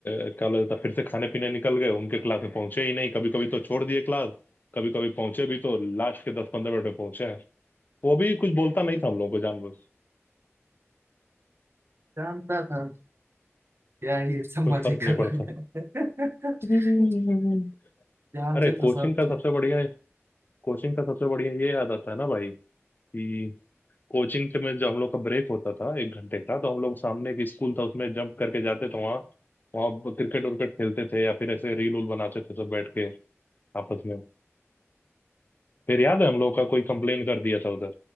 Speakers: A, on the left (about 40°); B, on the right (about 55°).
A: अ, क्या लगता फिर से खाने पीने निकल गए उनके क्लास में पहुंचे ही नहीं कभी कभी तो छोड़ दिए क्लास कभी कभी पहुंचे भी तो लास्ट के दस पंद्रह मिनट में पहुंचे हैं वो भी कुछ बोलता नहीं था हम लोगों को जानबूझ
B: जानता था क्या ही सब
A: कोई
B: मजे
A: फर्क नहीं
B: कर
A: पड़ता
B: रहे हैं
A: <laughs>
B: <laughs> ध्यान
A: अरे
B: से तो
A: कोचिंग
B: सब
A: का सबसे
B: थे
A: बढ़िया कोचिंग का सबसे बढ़िया ये याद आता है ना भाई कि कोचिंग से में जो हम लोग का ब्रेक होता था एक घंटे का तो हम लोग सामने एक स्कूल था उसमें जंप करके जाते थे वहाँ वहाँ क्रिकेट उर्केट खेलते थे या फिर ऐसे रील उल बनाते थे सब बैठ के आपस में फिर याद है हम लोग का कोई कंप्लेन कर दिया था उधर